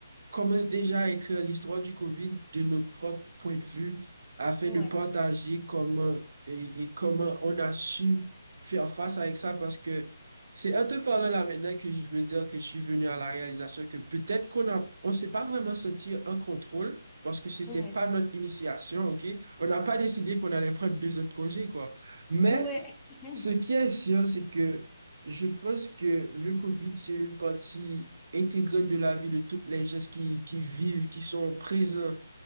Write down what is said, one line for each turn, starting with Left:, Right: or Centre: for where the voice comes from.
Right: commencent déjà à écrire l'histoire du COVID de notre propre point de vue afin
Centre: Ouais,
Right: de partager comment et, et comment on a su faire face avec ça parce que c'est en te parlant là maintenant que je veux dire que je suis venu à la réalisation que peut-être qu'on a, on s'est pas vraiment senti en contrôle parce que c'était
Centre: ouais,
Right: pas notre initiation, OK? On n'a pas décidé qu'on allait prendre deux autres congés, quoi. Mais
Centre: ouais. <laughs>
Right: ce qui est sûr, c'est que je pense que le COVID, c'est une partie intégrante de la vie de toutes les gens qui, qui vivent, qui sont présents